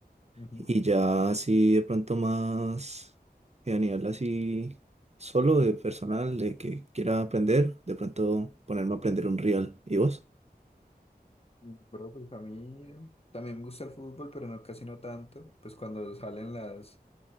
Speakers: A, on the left; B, on the right.
A: Ujú.
B: Y ya así de pronto más eh, a nivel así solo de personal, de que quiera aprender, de pronto ponerme a aprender un real. ¿Y vos?
A: Bro, pues a mí eh, también me gusta el fútbol, pero no casi no tanto. Pues cuando salen las,